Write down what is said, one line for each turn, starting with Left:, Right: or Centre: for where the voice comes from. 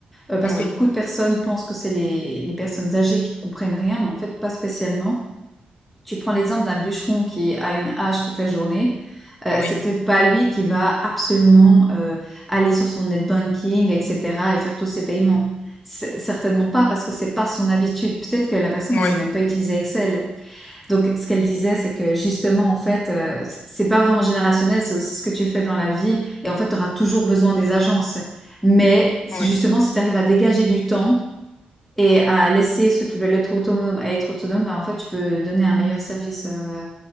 Centre: euh, parce
Left: oui,
Centre: que beaucoup de personnes pensent que c'est les, les personnes âgées qui comprennent rien, mais en fait, pas spécialement tu prends l'exemple d'un bûcheron qui a une hache toute la journée, euh,
Left: oui,
Centre: c'est peut-être pas lui qui va absolument euh, aller sur son net banking, etc., et faire tous ses paiements. C'est- Certainement pas, parce que c'est pas son habitude. Peut-être que la personne
Left: oui,
Centre: ne sait même pas utiliser Excel. Donc, ce qu'elle disait, c'est que justement, en fait, euh, c- c'est pas vraiment générationnel, c'est aussi ce que tu fais dans la vie, et en fait, tu auras toujours besoin des agences. Mais c'est
Left: oui.
Centre: justement, si tu arrives à dégager du temps et à laisser ceux qui veulent être autonomes à être autonomes, bah, en fait, tu peux donner un meilleur service euh,